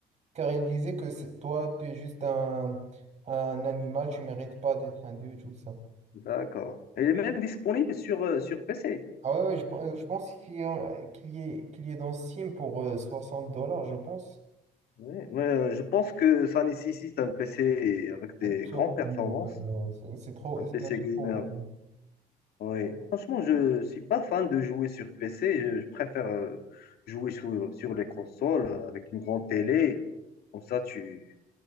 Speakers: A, on the right (about 40°); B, on the left (about 65°).
A: Car il disait que c'est- toi, tu es juste un, un animal, tu mérites pas d'être un dieu, tout ça.
B: D'accord. Et Il est même disponible sur, euh, sur PC.
A: Ah ouais, ouais, je, pe- je pense qu'il y qu'il y est, qu'il y est dans Steam pour euh, 60 dollars, je pense.
B: Ouais, ouais, euh, je pense que ça nécessite un PC avec des
A: Après,
B: grandes
A: oui,
B: performances,
A: non, euh, c'est c'est trop,
B: un PC
A: c'est un jeu
B: gamer.
A: trop gros.
B: Ouais. Franchement, je ne suis pas fan de jouer sur PC. Je, je préfère euh, jouer sur, sur les consoles euh, avec une grande télé. Comme ça, tu,